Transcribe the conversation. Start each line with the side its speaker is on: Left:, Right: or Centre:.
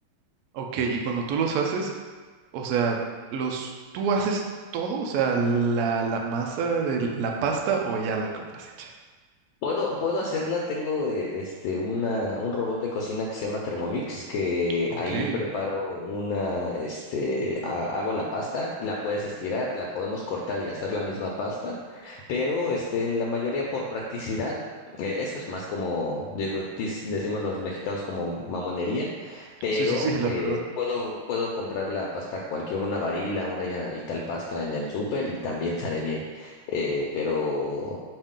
Right: Ok, y cuando tú los haces, o sea, los, tú haces todo, o sea, la, la masa de la pasta o ya la compras hecha.
Left: Puedo, puedo hacerla, tengo eh, este una, un robot de cocina que se llama Thermomix, que
Right: Ok.
Left: ahí preparo una, este, ha- hago la pasta, la puedes estirar, la podemos cortar y hacer la misma pasta, pero este, en la mayoría por practicidad, eh, eso es más como, digo, dis- decimos los mexicanos como mamonería, pero
Right: Sí, sí, sí, la
Left: eh,
Right: verdad.
Left: puedo, puedo comprar la pasta cualquier, una varila, una ya- y tal pasta en el súper y también sale bien. Eh, pero